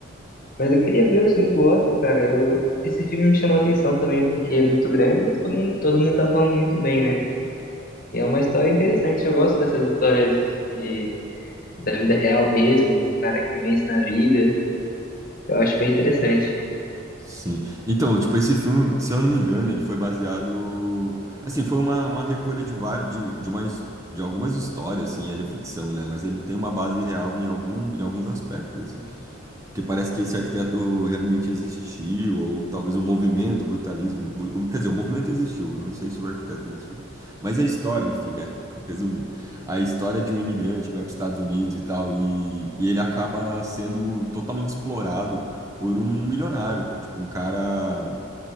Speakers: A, on the left; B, on the right.
A: Mas eu queria ver os filmes do Oscar, cara. Eu- esse filme me chamou a atenção também, porque é muito grande e todo mundo, todo mundo tá falando muito bem, né? E é uma história interessante. Eu gosto dessas histórias de, da vida real mesmo, de um cara que vence na vida. Eu acho bem interessante.
B: Sim. Então, tipo, esse filme, se eu não me engano, ele foi baseado. Assim, foi uma, uma recolha de, várias, de, de, uma, his- de algumas histórias, assim, ele é ficção, né? Mas ele tem uma base real em, algum, em alguns aspectos, porque parece que esse arquiteto realmente existiu, ou talvez o movimento, o brutalismo. bu- Quer dizer, o movimento existiu, não sei se o arquiteto existiu. Mas a história, enfim, né? <laughs> Resumindo, a história de um imigrante que vai para os Estados Unidos e tal, e, e ele acaba sendo totalmente explorado por um milionário, tipo, um cara,